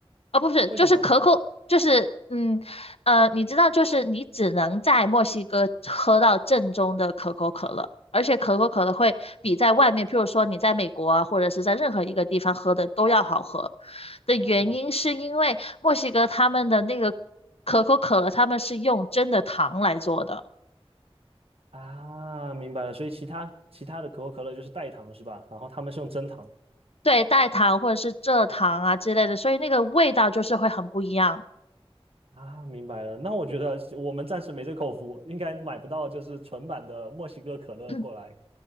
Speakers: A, on the left; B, on the right.
A: 啊，不是，
B: 为什么？
A: 就是可口，就是嗯呃，你知道，就是你只能在墨西哥喝到正宗的可口可乐，而且可口可乐会比在外面，譬如说你在美国啊，或者是在任何一个地方喝的都要好喝。的原因是因为墨西哥他们的那个
B: 为什么？
A: 可口可乐，他们是用真的糖来做的，
B: 啊，明白了，所以其他其他的可口可乐就是代糖是吧？然后他们是用真糖，
A: 对，代糖或者是蔗糖啊之类的，所以那个味道就是会很不一样。
B: 啊，明白了。那我觉得我们暂时没这口福，应该买不到就是纯版的墨西哥可乐过来
A: <clears throat>